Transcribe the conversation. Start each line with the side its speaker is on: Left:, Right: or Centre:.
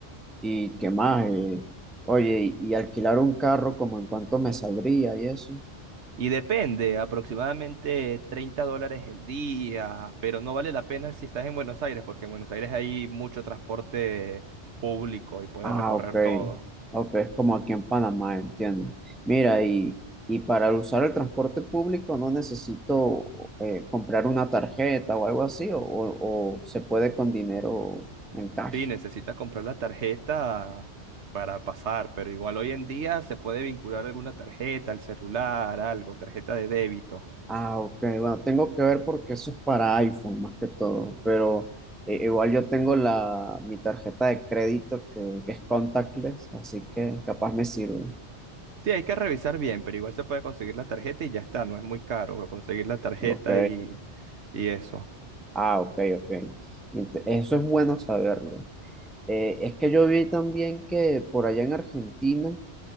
Centre: ¿Y qué más? Eh, oye, y, y alquilar un carro, como en cuánto me saldría y eso?
Right: Y depende, aproximadamente 30 dólares el día, pero no vale la pena si estás en Buenos Aires, porque en Buenos Aires hay mucho transporte público y puedes
Centre: Ah,
Right: recorrer
Centre: ok.
Right: todo.
Centre: Ok, es como aquí en Panamá, entiendo. Mira, y, y para usar el transporte público no necesito eh, comprar una tarjeta o algo así, o, o- o se puede con dinero en cash.
Right: Sí, necesitas comprar la tarjeta para pasar, pero igual hoy en día se puede vincular alguna tarjeta, al celular, algo, tarjeta de débito.
Centre: Ah, ok. Bueno, tengo que ver porque eso es para iPhone más que todo, pero eh, igual yo tengo la, mi tarjeta de crédito que, que es contactless, así que capaz me sirve.
Right: Sí, hay que revisar bien, pero igual se puede conseguir la tarjeta y ya está, no es muy caro conseguir la tarjeta
Centre: Ok.
Right: y, y eso.
Centre: Ah, ok, ok. Ent- Eso es bueno saberlo. Eh, es que yo vi también que por allá en Argentina